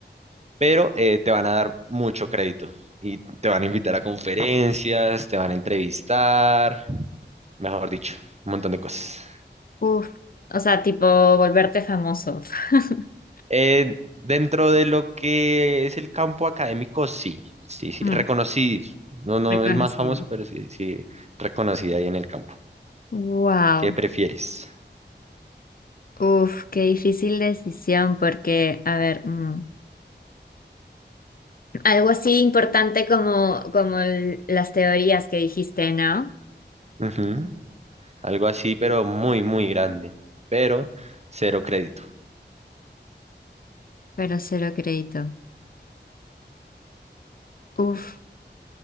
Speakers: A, on the right; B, on the left.
A: pero eh, te van a dar mucho crédito y te van a invitar a conferencias, te van a entrevistar, mejor dicho, un montón de cosas.
B: Uf, o sea, tipo volverte famoso, <laughs>
A: Eh, dentro de lo que es el campo académico, sí, sí, sí,
B: Mm,
A: reconocido. No, no
B: reconocido.
A: el más famoso, pero sí, sí, reconocido ahí en el campo.
B: Wow,
A: ¿Qué prefieres?
B: uf, qué difícil decisión porque, a ver, mm. Algo así importante como, como el- las teorías que dijiste, ¿no?
A: Ujú, Algo así, pero muy, muy grande, pero cero crédito.
B: Pero cero crédito. Uf.